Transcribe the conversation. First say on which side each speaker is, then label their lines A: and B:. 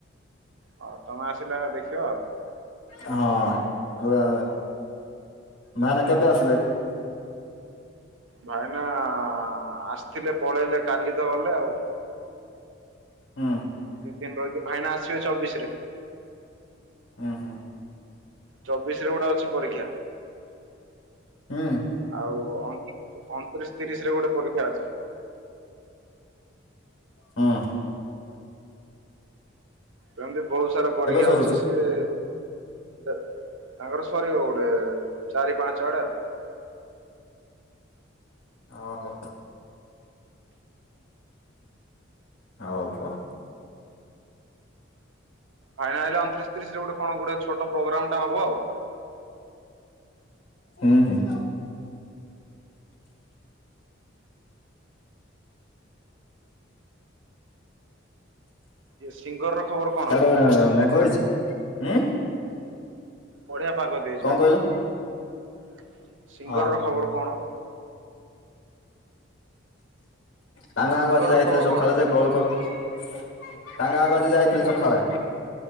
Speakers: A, on the right; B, on the left.
A: ହଉ ତମେ ଆସିଲେ ଦେଖିବା ଆଉ।
B: ହଁ ରେ ଭାଇନା କେବେ ଆସିଲେ କି?
A: ଭାଇନା ଆସିଥିଲେ ପଳେଇଲେ କାଲି ତ ଗଲେ ଆଉ।
B: ହଁ।
A: ଦି ଦିନ ରହିକି ଭାଇନା ଆସିବେ ଚବିଶରେ।
B: ହୁଁ ହୁଁ ହୁଁ।
A: ଚବିଶରେ ଗୋଟେ ଅଛି ପରୀକ୍ଷା।
B: ହୁଁ।
A: ଆଉ ଅଣ ଅଣତିରିଶ ତିରିଶରେ ଗୋଟେ ପରୀକ୍ଷା ଅଛି।
B: ହଁ।
A: କେମତି ବୋହୁତ ସାରା ପରୀକ୍ଷା
B: ସରୁଛି?
A: ଅଛି ସିଏ ତାଙ୍କର ସରିବ ଗୋଟେ ଚାରି ପାଞ୍ଚ ଆଡେ ଆଉ
B: ଓ ହୋ। ହଉ ହଉ।
A: ଭାଇନା ଅଣତିରିଶତିରିଶରେ ଗୋଟେ କଣ ଗୋ ଛୋଟ ପ୍ରୋଗ୍ରାମ ଟା ହବ ଆଉ।
B: ହୁଁ ହୁଁ।
A: ଏ ସିଙ୍ଗର ଖବର କଣ?
B: ତାର ମଘଇ ହୁଁ
A: ବଢିଆ ପାଗ ଦେଇଜି
B: କଣ
A: ଭାଇ
B: କହିଲ?
A: ସିଙ୍ଗର
B: ଓହୋ
A: ର ଖବର କଣ?
B: ତାଙ୍କ
A: ସିଙ୍ଗର
B: ଗାଁଆଙ୍କୁ ଆଜି ଯାଇଥିଲି
A: ର ଖବର
B: ସକାଳେ
A: କଣ?
B: ଯେ କଲ କ ତାଙ୍କ ଗାଁକୁ
A: ହୁଁ
B: ଆଜି ଯାଇଥିଲି ସକାଳେ